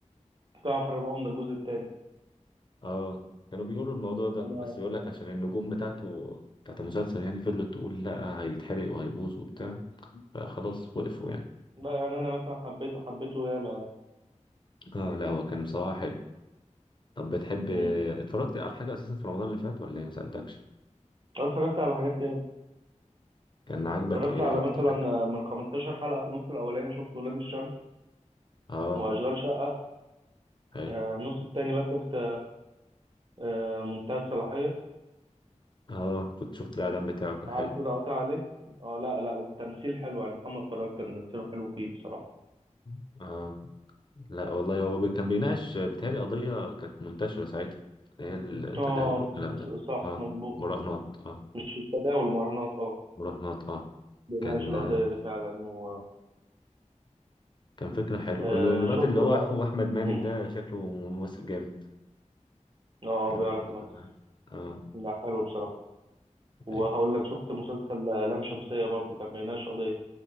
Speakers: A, on the right (about 40°); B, on the left (about 35°).
A: جعفر العمدة الجزء التاني
B: اه كانوا بيقولوا الموضوع ده
A: أنا
B: بس يقول لك عشان النجوم بتاعته بتاعت المسلسل يعني فضلت تقول لا هيتحرق وهيبوظ وبتاع فخلاص وقفوا يعني
A: لا يعني أنا مثلا حبيته حبيته ياما يعني
B: اه لا هو كان بصراحه حلو طب بتحب
A: مم.
B: اتفرجت على حاجه اساسا في رمضان اللي فات ولا إيه؟ ما سالتكش
A: أنا اتفرجت على حاجات ياما
B: كان عاجبك
A: اتفرجت
B: ايه
A: على
B: اكتر
A: مثلا
B: حاجه
A: آه، من 15 حلقة في النص الأولاني شفت ولاد الشمس
B: اه
A: وأشغال شقة
B: حلو
A: آه، النص التاني بقى شفت آه، منتهى الصلاحية
B: اه كنت شفت الاعلان بتاعه كان
A: عارفه
B: حلو
A: ده قاطع عليه اه لا لا والتمثيل حلو يعني محمد فراج كان تمثيله حلو فيه بصراحة
B: <laughs> اه لا والله هو بي- كان بيناقش آه، بيتهيألي قضية كانت منتشرة ساعتها هي التداول
A: اه
B: والكلام
A: بس-
B: ده
A: صح
B: اه
A: مظبوط
B: مراهنات اه
A: مش التداول المراهنات اه
B: مراهنات اه
A: بيناقش
B: كان
A: القضية
B: آه،
A: دي فعلا و
B: كان فكرة حلوة
A: آه،
B: ال- الواد
A: شفت
B: اللي
A: بقى
B: هو أخو أحمد
A: م-
B: مالك ده شكله ممثل جامد
A: اه
B: لو
A: بيعرف
B: كان طالع
A: يمثل
B: معاه اه
A: لا حلو بصراحة وهقول
B: أيوه
A: لك شفت مسلسل آه، لام شمسية برضو كان بيناقش قضية